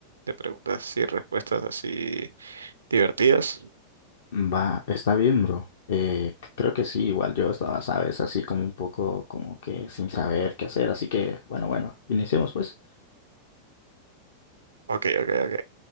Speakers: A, on the right; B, on the left.
A: de preguntas y respuestas así divertidas?
B: Va, está bien, bro. Eh, c- creo que sí, igual yo estaba, sabes, así como un poco como que sin saber qué hacer, así que, bueno, bueno, iniciemos pues.
A: Ok, ok, ok.